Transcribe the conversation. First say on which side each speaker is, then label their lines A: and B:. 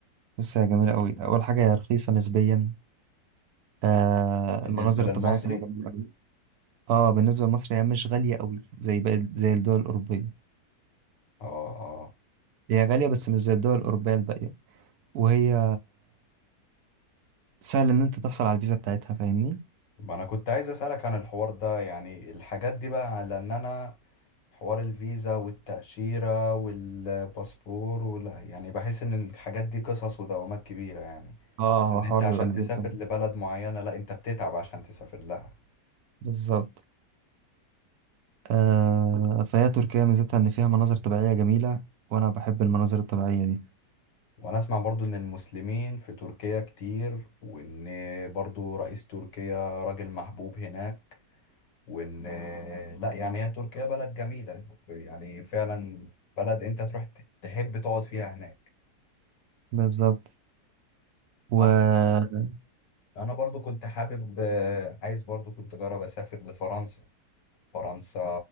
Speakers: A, on the right; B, on the left.
A: بس هي جميله قوي اول حاجه هي رخيصه نسبيا آه
B: بالنسبة
A: المناظر
B: للمصري
A: الطبيعيه فيها جميله قوي. اه بالنسبة لمصر هي مش غالية قوي زي باقي زي الدول الأوروبية
B: اه اه
A: هي غالية بس مش زي الدول الأوروبية الباقية وهي سهل إن أنت تحصل على الفيزا بتاعتها فاهمني
B: ما انا كنت عايز اسألك عن الحوار ده يعني الحاجات دي بقى لان انا حوار الفيزا والتأشيرة والباسبور ولا يعني بحس ان الحاجات دي قصص ودوامات كبيرة يعني
A: اه هو
B: ان
A: حوار
B: انت عشان
A: بيبقى كبير
B: تسافر
A: فاهم
B: لبلد معينة لا انت بتتعب عشان تسافر لها
A: بالظبط آه فهي تركيا ميزتها إن فيها مناظر طبيعية جميلة وأنا بحب المناظر الطبيعية دي
B: وانا اسمع برضو ان المسلمين في تركيا كتير وان برضو رئيس تركيا راجل محبوب هناك وان لا يعني هي تركيا بلد جميلة يعني فعلا بلد انت تروح ت- تحب تقعد فيها هناك
A: بالظبط وأنا
B: انا انا برضو كنت حابب آه، عايز برضو كنت اجرب اسافر لفرنسا فرنسا